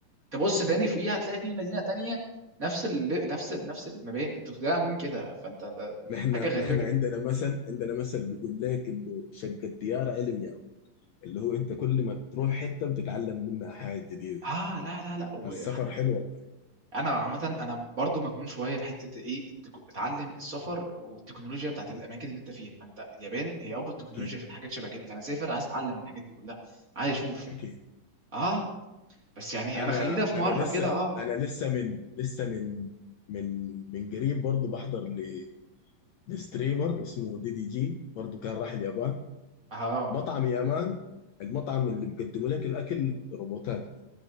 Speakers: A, on the right (about 25°); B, on the left (about 70°).
A: تبص تاني فوقيها هتلاقي في مدينه تانية نفس ال... نفس ال... نفس المباني انتوا ده عاملين كده فانت ده
B: نحن
A: حاجه غريبه
B: نحن
A: جدا
B: عندنا مثل عندنا مثل بيقول لك انه شق الديار علم يا مان. اللي هو انت كل ما تروح حته بتتعلم منها حاجه جديده
A: اه لا لا لا وهن-
B: فالسفر حلو والله
A: انا عامه انا برضو مجنون شويه بحته ايه التك- اتعلم السفر والتكنولوجيا بتاعت الاماكن اللي انت فيها فانت اليابان هي ابو التكنولوجيا
B: اكيد
A: في الحاجات شبه كده فانا سافر عايز اتعلم من الحاجات دي كلها عايز اشوف
B: اكيد
A: اه بس يعني
B: انا
A: انا خلينا في
B: انا
A: مره
B: لسه
A: كده اه
B: انا لسه من لسه من من من قريب برضه بحضر ل- لستريمر اسمه دي دي جي برضه كان راح اليابان
A: اه
B: مطعم يامان المطعم اللي بيقدموا لك الاكل روبوتات